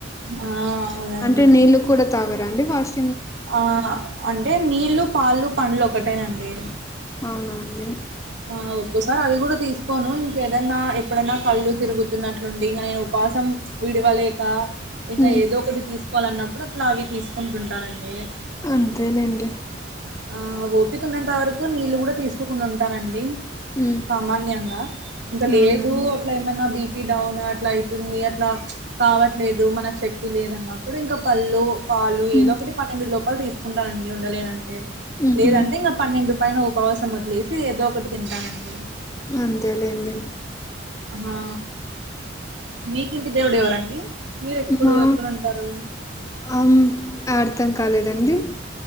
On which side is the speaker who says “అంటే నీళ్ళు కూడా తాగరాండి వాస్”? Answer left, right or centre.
Left